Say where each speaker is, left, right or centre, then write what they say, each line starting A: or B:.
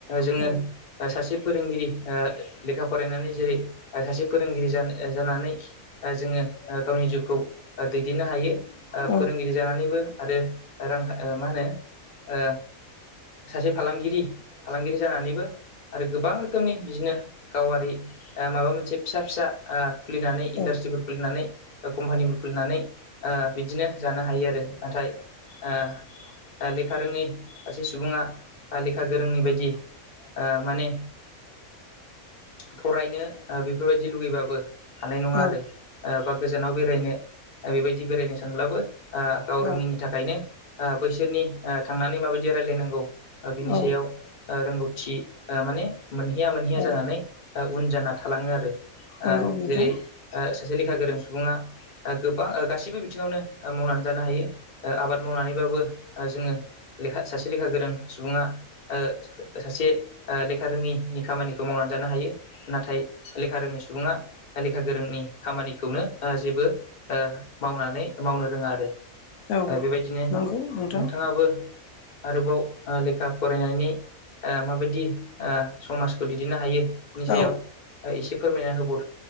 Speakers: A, on the left (about 40°); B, on the left (about 80°).
A: जोङो
B: औ
A: सासे फोरोंगिरि ओ लेखा फरायनानै जेरै सासे फोरोंगिरि जानो जानानै जोङो गावनि जिउखौ दैदेननो हायो
B: औ
A: फोरोंगिरि जानानैबो आरो रां माहोनो ओ सासे फालांगिरि फालांगिरि जानानैबो आरो गोबां रोखोमनि बिदिनो गावारि ओ माबा मोनसे फिसा फिसा ओ खुलिनानै
B: औ
A: इन्डास्ट्रिफोर खुलिनानै कम्पानिफोर खुलिनानै ओ बिदिनो जानो हायो आरो नाथाय ओ ओ लेखा रोङै सासे सुबुङा लेखा गोरोंनि बायदि दि ओ माने फरायनो ओ बेफोरबायदि लुगैबाबो हानाय नङा
B: औ
A: आरो बा गोजानाव बेरायनो बेबायदि बेरायनो सानब्लाबो ओ गाव
B: औ
A: रोङिनि थाखायनो ओ बैसोरनि ओ थांनानै माबायदि रायलायनांगौ। ओ बिनि
B: औ
A: सायाव ओ रोंगौथि ओ माने मोनहैया मोनहैया
B: औ
A: जानानै उन जाना थालाङो आरो। ओ
B: नंगौ नोंथां
A: जेरै ओ सासे लेखा गोरों। सुबुङा ओ गोबां गासैबो ओ बिथिङावनो मावनानै जानो हायो। ओ आबाद मावनानैबाबो जोङो लेखा सासे लेखा गोरों सुबुङा ओ सासे ओ लेखा रोङिनि खामानिखौ मावनानै जानो हायो नाथाय लेखा रोङि सुबुङा लेखा गोरोंनि खामानिखौनो जेबो ओ मावनानै मावनो रोङा आरो ओ
B: औ
A: बेबायदिनो
B: नंगौ नोंथां
A: नोंथाङाबो आरोबाव ओ लेखा फरायनायनि ओ माबायदि ओ समाजखौ दैदेननो हायो। नि
B: औ
A: सायाव एसे फोरमायना होबाव।